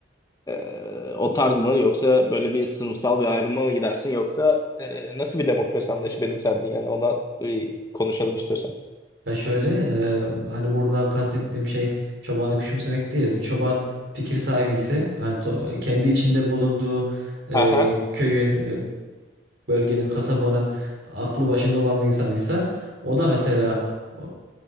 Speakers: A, on the left; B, on the right.
A: Eee, o tarz mı yoksa böyle bir sınıfsal bir ayrıma mı gidersin yoksa eee, nasıl bir demokrasi anlayışı benimserdin yani ona bir konuşalım istiyorsan.
B: Ya şöyle e, hani burada kastettiğim şey çobanı küçümsemek değil. Bir çoban fikir sahibi ise hani to- kendi içinde bulunduğu e,
A: Aha.
B: köyün, e, bölgenin, kasabanın aklı başında olan bir insanıysa o da mesela e,